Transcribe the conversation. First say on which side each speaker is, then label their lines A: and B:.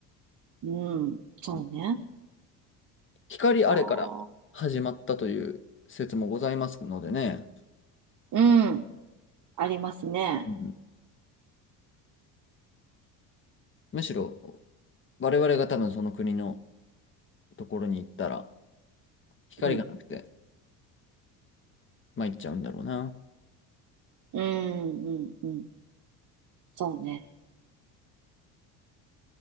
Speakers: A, on the right; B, on the left.
A: うん、そうね。
B: うん、光あれから始まったという説もございますのでね。
A: ああ、うん、ありますね。
B: うん、むしろ我々が多分その国のところに行ったら光がなくて
A: うん、
B: 参っちゃうんだろうな。
A: うん、うん、うん、そうね。